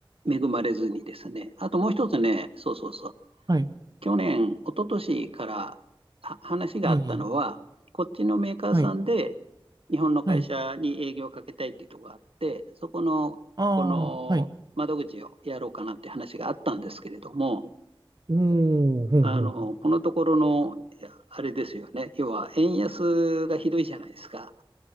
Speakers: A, on the right; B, on the right.
A: 恵まれずにですね。あともう一つね、そうそうそう、
B: はい、
A: 去年、一昨年からは話があったのは、
B: いい、いい
A: こっちのメーカーさんで
B: はい、
A: 日本の会社に営業をかけたいっていうところがあって、
B: はい、
A: そこの、
B: あ
A: この窓口をやろうかなって話があったんですけれども、
B: あ、はい、おお、ほうほう。
A: あの、このところの、あれですよね。要は、円安がひどいじゃないですか。